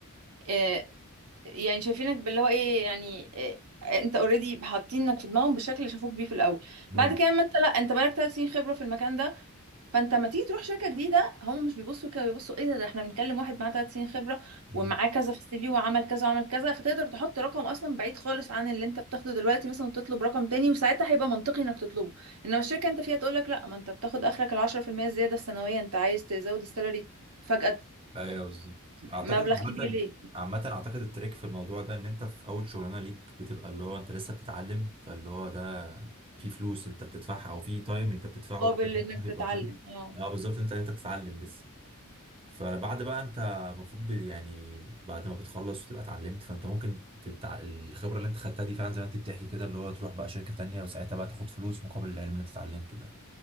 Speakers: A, on the right; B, on the right.
A: آه يعني شايفينك باللي هو ايه يعني آه انت اوريدي حاطينك في دماغهم بالشكل اللي شافوك بيه في الاول
B: امم
A: بعد كده اما انت لا انت بقالك ثلاث سنين خبرة في المكان ده فانت لما تيجي تروح شركه جديده هم مش بيبصوا كده بيبصوا ايه ده, ده احنا بنتكلم واحد معاه ثلاث سنين خبره
B: أمم.
A: ومعاه كذا في السي في وعمل كذا وعمل كذا فتقدر تحط رقم اصلا بعيد خالص عن اللي انت بتاخده دلوقتي مثلا تطلب رقم تاني وساعتها هيبقى منطقي انك تطلبه انما الشركه انت فيها تقول لك لا ما انت بتاخد اخرك ال 10% الزياده السنويه انت عايز تزود السالري فجاه ت-
B: ايوه بالظبط اعتقد
A: مبلغ
B: عامة
A: كبير ليه
B: عامة اعتقد التريك في الموضوع ده ان انت في اول شغلانة ليك بتبقى اللي هو انت لسه بتتعلم فاللي هو ده في فلوس انت بتدفعها او في تايم انت بتدفعه
A: مقابل انك
B: تبقى
A: تتعلم
B: فلوس
A: اه
B: اه بالظبط انت انت بتتعلم لسه فبعد بقى انت المفروض ب- يعني بعد ما بتخلص وتبقى اتعلمت فانت ممكن تتع... الخبره اللي انت خدتها دي فعلا زي ما انت بتحكي كده اللي هو تروح بقى شركه تانية وساعتها بقى تاخد فلوس مقابل العلم اللي انت اتعلمته ده